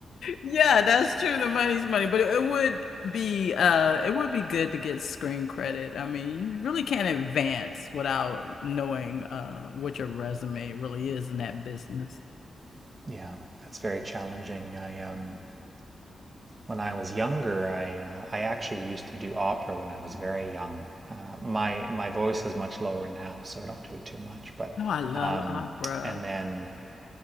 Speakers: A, on the left; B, on the right.
A: Yeah, that's true. The money's money, but it, it would be uh it would be good to get screen credit. I mean, you really can't advance without knowing uh what your resume really is in that business.
B: <laughs> yeah, that's very challenging. I um, when I was younger, I uh, I actually used to do opera when I was very young. Uh, my my voice is much lower now, so I don't do it too much. But
A: Oh, I love
B: um,
A: opera.
B: and then